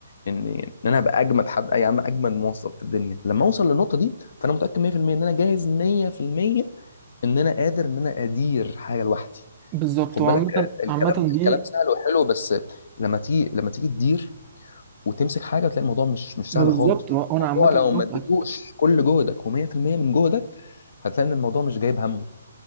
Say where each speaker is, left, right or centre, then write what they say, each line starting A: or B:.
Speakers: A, on the left (about 60°); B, on the right (about 30°).
A: ان ان انا ابقى اجمد حد يا عم اجمد موظف في الدنيا لما اوصل للنقطه دي فانا متاكد 100% ان انا جاهز 100% ان انا قادر ان انا ادير حاجه لوحدي
B: بالظبط
A: خد
B: وعامة
A: بالك الكلام
B: عامة دي
A: الكلام سهل وحلو بس لما تيجي لما تيجي تدير وتمسك حاجه تلاقي الموضوع مش مش
B: ما
A: سهل
B: بالظبط
A: خالص
B: وانا
A: الموضوع
B: عامة
A: لو
B: موافقك
A: ما اديتوش كل جهدك و100% من جهدك هتلاقي ان الموضوع مش جايب همه